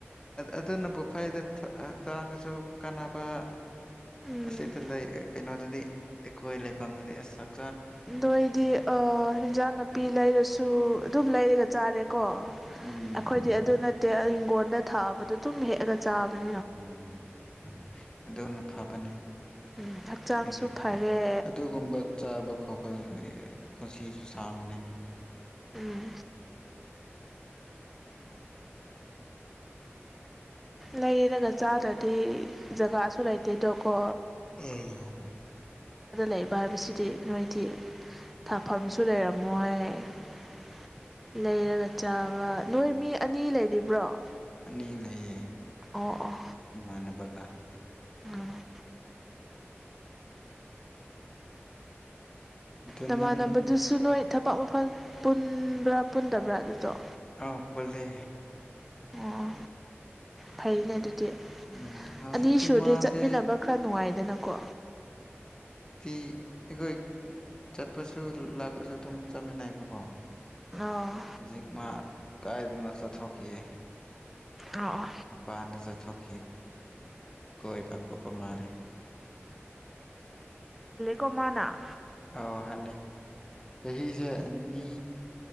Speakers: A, on the left; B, in the centre.
A: ꯑꯗꯨꯅꯕꯨ ꯐꯩꯗ ꯍꯛꯆꯥꯡꯒꯁꯨ ꯀꯥꯟꯅꯕ
B: ꯎꯝ
A: ꯑꯁꯤꯗ ꯀꯩꯅꯣꯗꯗꯤ ꯑꯩꯈꯣꯏ ꯂꯩꯐꯝꯗꯗꯤ ꯑꯁꯛ
B: ꯑꯗꯣꯗꯤ ꯏꯟꯖꯥꯡ ꯅꯥꯄꯤ ꯂꯩꯔꯁꯨ ꯑꯗꯨꯝ ꯂꯩꯔꯒ ꯆꯥꯔꯦꯀꯣ ꯑꯩꯈꯣꯏꯗꯤ
A: ꯎꯝ
B: ꯑꯗꯨ ꯅꯠꯇꯦ ꯍꯤꯡꯒꯣꯜꯗ ꯊꯥꯕꯗꯣ ꯑꯗꯨꯝ ꯍꯦꯛꯑꯒ ꯆꯥꯕꯅꯤ
A: ꯎꯝ ꯑꯗꯨꯅ ꯐꯕꯅꯦ
B: ꯎꯝ ꯍꯛꯆꯥꯡꯁꯨ
A: ꯍꯥꯏꯗꯤ
B: ꯐꯔꯦ
A: ꯑꯗꯨꯒꯨꯝꯕ ꯆꯥꯕ ꯈꯣꯄ ꯄꯨꯟꯁꯤꯁꯨ ꯁꯥꯡꯕꯅꯤꯅ
B: ꯎꯝ ꯂꯩꯔꯒ ꯆꯥꯗ꯭ꯔꯗꯤ ꯖꯒꯥꯁꯨ ꯂꯩꯇꯦꯗꯣ ꯀꯣ
A: ꯎ
B: ꯂꯩꯕ ꯍꯥꯏꯕꯁꯤꯗꯤ ꯅꯣꯏꯗꯤ ꯊꯥꯐꯝꯁꯨ ꯂꯩꯔꯝꯃꯣꯏ ꯍꯥꯏ
A: ꯎꯝ
B: ꯂꯩꯅꯦ ꯆꯥꯕ ꯅꯣꯏ ꯃꯤ ꯑꯅꯤ ꯂꯩꯔꯤꯕ꯭ꯔꯣ
A: ꯑꯅꯤ ꯂꯩꯌꯦ
B: ꯑꯣ ꯑꯣ
A: ꯏꯃꯥꯟꯅꯕꯒ
B: ꯎꯝ
A: ꯑꯗꯣ
B: ꯅꯃꯥꯟꯅꯕꯗꯨꯁꯨ
A: ꯅꯪ
B: ꯅꯣꯏ ꯊꯕꯛ ꯃꯐꯝ ꯄꯨꯟꯕ꯭ꯔꯥ ꯄꯨꯟꯗꯕ꯭ꯔꯥ ꯑꯗꯨꯗꯣ
A: ꯑ ꯄꯨꯜꯂꯦ
B: ꯑꯣ ꯐꯩꯅꯦ ꯑꯗꯨꯗꯤ
A: ꯎꯝ ꯍꯧꯖꯤꯛꯇꯤ
B: ꯑꯅꯤ ꯁꯗꯤ
A: ꯃꯥꯁꯦ
B: ꯆꯠꯃꯤꯟꯅꯕ ꯈꯔ ꯅꯨꯡꯉꯥꯏꯗꯅꯀꯣ
A: ꯇꯤ ꯑꯩꯈꯣꯏ ꯆꯠꯄꯁꯨ ꯂꯥꯛꯄꯁꯨ ꯑꯗꯨꯝ ꯆꯥꯃꯤꯟꯅꯩꯕꯀꯣ
B: ꯑꯣ
A: ꯍꯧꯖꯤꯛ ꯃꯥ ꯀꯥꯏꯗꯅ ꯆꯠꯊꯣꯛꯈꯤꯑ
B: ꯑꯣ ꯑꯣ
A: ꯃꯄꯥꯟꯗ ꯆꯠꯊꯣꯛꯈꯤ ꯀꯣꯏꯕ ꯈꯣꯠꯄ ꯃꯥꯜꯂꯦ
B: ꯀꯃꯅ
A: ꯑꯣ ꯍꯥꯏꯂꯦ ꯆꯍꯤꯁꯦ ꯅꯤ